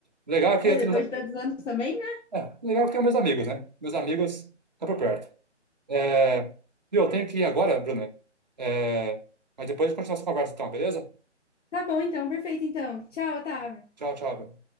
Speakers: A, on the right; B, on the left.
A: legal é que
B: É,
A: eu
B: depois
A: tenho,
B: de tantos anos também, né?
A: é, legal é que eu tenho meus amigos, né? Meus amigos estão por perto. É, e eu tenho que ir agora, Bruna. É, mas depois a gente continua essa conversa, então, beleza?
B: Tá bom, então, perfeito, então. Tchau, Otávio.
A: Tchau, tchau. Bel.